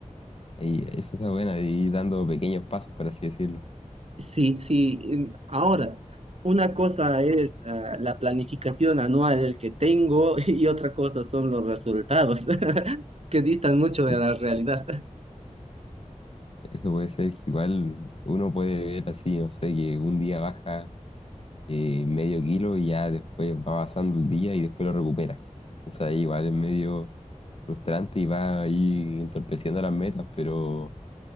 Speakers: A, on the left (about 45°); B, on the right (about 50°).
A: y eso está buena, de ir dando pequeños pasos, por así decirlo.
B: Sí, sí. en- Ahora, una cosa es ah, la planificación anual que tengo <laughs> y otra cosa son los resultados <laughs> que distan mucho de
A: Sí,
B: la realidad.
A: eso puede ser que igual uno puede ver así, no sé, que un día baja eh, medio kilo y ya después va pasando el día y después lo recupera. O sea, igual es medio frustrante y va ahí entorpeciendo las metas, pero